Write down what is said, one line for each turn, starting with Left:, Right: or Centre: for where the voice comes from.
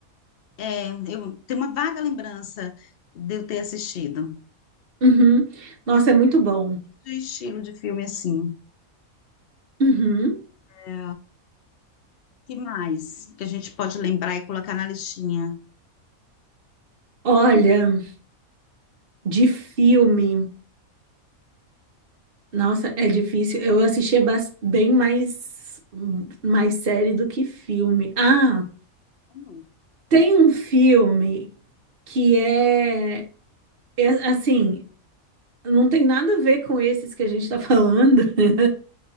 Left: é, eu tenho uma vaga lembrança de eu ter assistido.
Right: uhum. Nossa, é muito bom.
Left: De estilo de filme assim.
Right: Uhum.
Left: É, que mais que a gente pode lembrar e colocar na listinha?
Right: Olha, de filme. Nossa, é difícil. Eu assistia bas- bem mais, mais série do que filme. Ah,
Left: Hum.
Right: tem um filme que é, é assim, não tem nada a ver com esses que a gente tá falando. <laughs>